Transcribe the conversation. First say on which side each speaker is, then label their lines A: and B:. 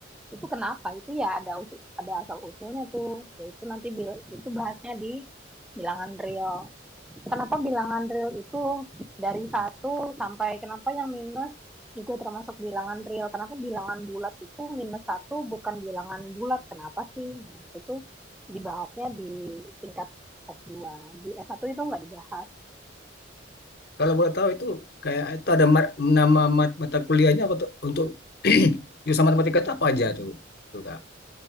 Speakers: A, in the centre; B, on the left.
A: itu kenapa itu ya ada usul, ada asal usulnya tuh yaitu nanti bil, itu bahasnya di bilangan real kenapa bilangan real itu dari satu sampai kenapa yang minus juga termasuk bilangan real kenapa bilangan bulat itu minus satu bukan bilangan bulat kenapa sih nah, itu tuh dibahasnya di tingkat s dua di s satu itu nggak dibahas
B: Kalau boleh tahu itu kayak itu ada ma- nama mat- mata kuliahnya untuk untuk <clears throat> jurusan matematika itu apa aja tuh, tuh Kak?